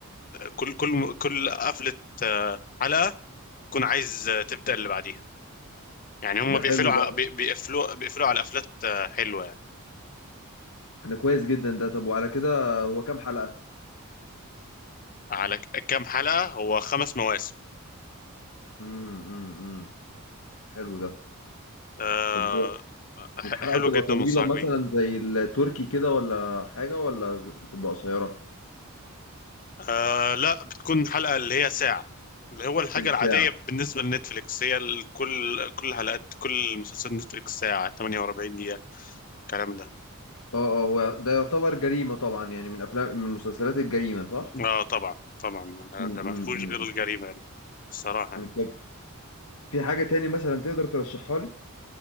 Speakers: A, on the left (about 40°); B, on the left (about 80°).
A: كل كل كل قفلة آه، حلقة تكون عايز آه، تبدأ اللي بعديها يعني هم
B: ده
A: بيقفلوا
B: حلو
A: ع-
B: ده
A: بي- بيقفلوا بيقفلوا على قفلات آه، حلوة يعني.
B: ده كويس جدا ده طب وعلى كده هو كام حلقة؟
A: على ك- كام حلقة هو خمس مواسم
B: امم امم امم حلو ده
A: آه
B: طب
A: ح-
B: الحلقة
A: حلو
B: بتبقى
A: جدا
B: طويلة
A: انصحك
B: مثلا
A: بيه
B: زي التركي كده ولا حاجة ولا ز- بتبقى قصيرة
A: آه لا بتكون حلقة اللي هي ساعة اللي هو الحاجة
B: الساعة
A: العادية بالنسبة لنتفليكس هي ال- كل كل حلقات كل مسلسل نتفليكس ساعة 48 دقيقة الكلام ده
B: اه اه هو ده يعتبر جريمة طبعا يعني من أفلام من مسلسلات الجريمة صح؟
A: اه طبعا طبعا
B: امم
A: ده ما فيهوش غير الجريمة يعني الصراحة يعني.
B: طب في حاجة تاني مثلا تقدر ترشحها لي؟